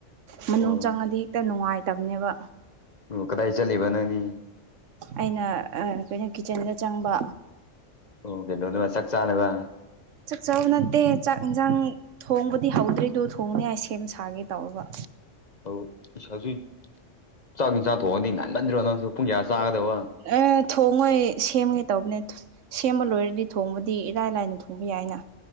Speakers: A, on the right; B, on the left.
A: ꯃꯅꯨꯡ
B: ꯑꯣ
A: ꯆꯪꯉꯥꯗꯤ ꯍꯦꯛꯇ ꯅꯨꯡꯉꯥꯏꯠ ꯇꯥꯕꯅꯦꯕ
B: ꯑꯣ ꯀꯗꯥꯏ ꯆꯂꯤꯕ ꯅꯪꯗꯤ
A: ꯑꯩꯅ ꯑꯥ ꯀꯩꯅꯣ ꯀꯤꯠꯆꯟꯗ ꯆꯪꯕ
B: ꯑꯣ ꯀꯩꯗꯧꯅꯕ ꯆꯥꯛ ꯆꯥꯥꯅꯕ
A: ꯆꯥꯛ ꯆꯥꯕ ꯅꯠꯇꯦ ꯆꯥꯛ ꯏꯟꯖꯥꯡ ꯊꯣꯡꯕꯗꯤ ꯍꯧꯗ꯭ꯔꯤꯗꯣ ꯊꯣꯡꯅꯤꯡ ꯍꯥꯏ ꯁꯦꯝ ꯁꯥꯒꯦ ꯇꯧꯔꯕ
B: ꯑꯧ ꯏꯁ ꯍꯧꯖꯤꯛ ꯆꯥꯛ ꯏꯟꯁꯥꯡ ꯊꯣꯛꯉꯥꯗꯤ ꯉꯟꯃꯟꯗ꯭ꯔꯣ ꯅꯪꯁꯨ ꯄꯨꯡ ꯀꯌꯥꯗ ꯆꯥꯒꯗꯕ
A: ꯑ ꯊꯣꯡꯉꯣꯏ ꯁꯦꯝꯒꯦ ꯇꯧꯕꯅꯦ ꯁꯦꯝꯕ ꯂꯣꯏꯔꯗꯤ ꯊꯣꯡꯕꯗꯤ ꯏꯔꯥꯏ ꯂꯥꯏꯅ ꯊꯣꯡ ꯊꯣꯡꯕ ꯌꯥꯏꯅ